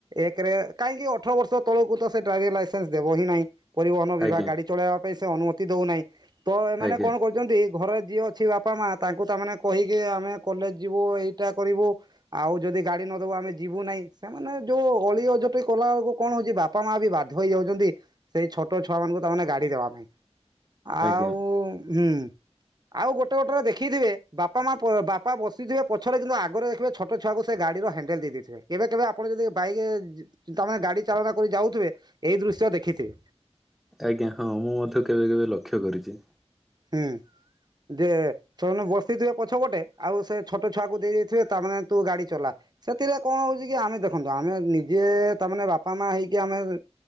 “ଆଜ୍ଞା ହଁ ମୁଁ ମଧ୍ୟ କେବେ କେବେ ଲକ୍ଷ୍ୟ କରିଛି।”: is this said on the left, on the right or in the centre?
Centre